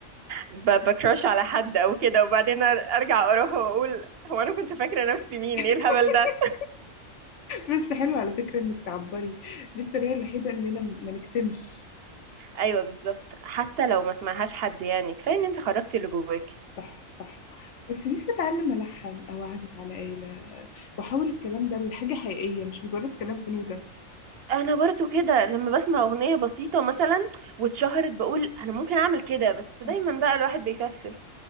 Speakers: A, on the right; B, on the left.
A: ب- بكراش على حد او كده وبعدين ار- ارجع اروح واقول هو انا كنت فاكرة نفسي مين
B: <laughs>
A: ايه الهبل ده
B: بس حلو على فكرة إنك تعبري دي الطريقة الوحيدة إننا ما نكتمش
A: ايوه بالظبط حتى لو ما سمعهاش حد يعني كفاية ان انت خرجتي اللي جواكي
B: صح صح بس نفسي أتعلم ألحن أو أعزف على آلة وأحول الكلام ده لحاجة حقيقية مش مجرد كلام في نوتة
A: انا برضو كده لما بسمع اغنية بسيطة مثلا واتشهرت بقول انا ممكن اعمل كده بس دايما
B: آه.
A: بقى الواحد بيكسل